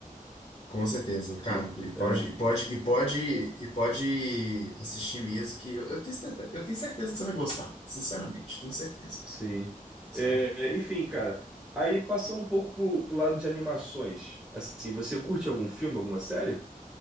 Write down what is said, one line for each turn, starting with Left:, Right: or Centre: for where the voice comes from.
Left: Com certeza, cara,
Centre: E,
Left: e pode,
Centre: é,
Left: e pode, e pode, e pode assistir mesmo que eu eu tenho certeza, eu tenho certeza que você vai gostar, sinceramente, tenho certeza,
Centre: sim.
Left: sabe?
Centre: É, é, enfim, cara, aí passando um pouco pro, pro lado de animações, assim, você curte algum filme, alguma série?